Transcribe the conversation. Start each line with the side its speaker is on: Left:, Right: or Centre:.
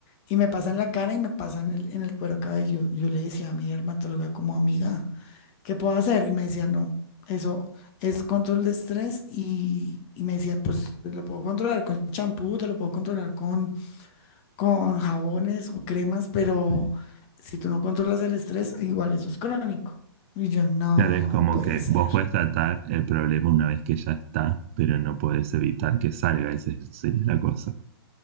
Left: y me pasa en la cara y me pasa en el, en el cuero cabelludo. Yo le decía a mi dermatóloga como amiga, ¿qué puedo hacer? Y me decía, no, eso es control de estrés y... Y me decía, pues te lo puedo controlar con champú, te lo puedo controlar con, con jabones o cremas, pero
Right: sé.
Left: si tú no controlas el estrés, igual eso es crónico. Y yo, no
Right: Claro, es como
Left: puede
Right: que
Left: ser.
Right: vos podés tratar el problema una vez que ya está, pero no podés evitar que salga, esa sería la cosa.